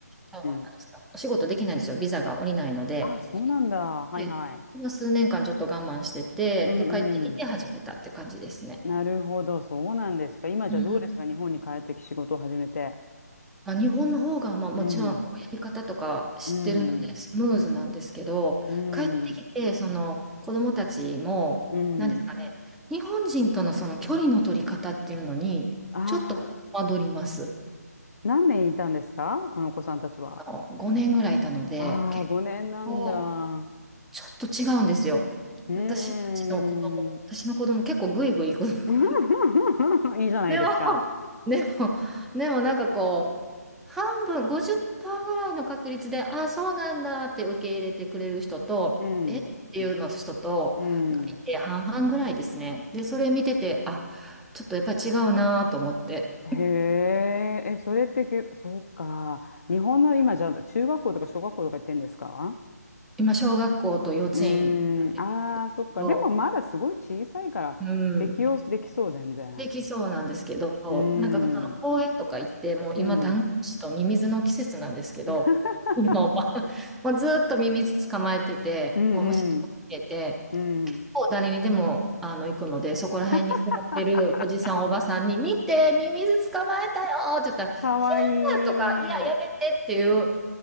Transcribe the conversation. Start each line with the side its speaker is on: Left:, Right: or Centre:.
Centre: あなんですか、
Left: ん。
Centre: お仕事できないんですよ。ビザが下りないので。
Left: あ、そうなんだ。はいはい。
Centre: でまあ数年間ちょっと我慢してて、
Left: うんうん。
Centre: で、帰ってきて始めたって感じですね。
Left: なるほど。そうなんですか。今じゃどうですか日本に帰ってき仕事を始めて。
Centre: うんまあ、日本の方が、まあ、もちろんこうやり方とか知ってるのでスムーズなんですけど帰ってきてその子供たちも何ですかね日本人とのその距離の取り方っていうのにちょっとこう戸惑ります。
Left: うん。うん。うん。うん。ああ、何年いたんですかあのお子さんたちは。
Centre: あの5年ぐらいいたので結
Left: ああ、5年なんだ。
Centre: 構ちょっと違うんですよ。
Left: うーん。
Centre: 私たちの子供私の子供結構グイグイ行く。<laughs>
Left: <laughs> いいじゃないですか。
Centre: でもでも、<laughs> でもなんかこう、半分、50%ぐらいの確率で、あ、そうなんだって受け入れてくれる人と、
Left: うん。
Centre: えっていうの人と、
Left: うん。
Centre: がいて半々ぐらいですね。で、それ見てて、あ、ちょっとやっぱり違うなと思って、
Left: へえ、え、それってけ、そうか。日本の今じゃ中学校とか小学校とか行ってんですか
Centre: 今、小学校と幼稚園に行ったんですけど、
Left: うーん、ああ、そっか。でもまだすごい小さいから適応できそう、
Centre: うん、
Left: 全然。
Centre: できそうなんですけど、
Left: うー
Centre: なんかその公園とか行って、
Left: ん、
Centre: もう今、
Left: うん。
Centre: ダンゴムシとミミズの季節なんですけど、
Left: <laughs>
Centre: もう、まあもうずーっとミミズ捕まえてて、
Left: うん、
Centre: もう虫を見えて、
Left: うん、うん。
Centre: もう誰にでもあの行くので、そこら辺に座ってるおじさん、
Left: <laughs>
Centre: おばさんに、見て、ミミズ捕まえたよって言ったら、ひ
Left: かわいい。
Centre: ゃーとか、いや、やめてっていう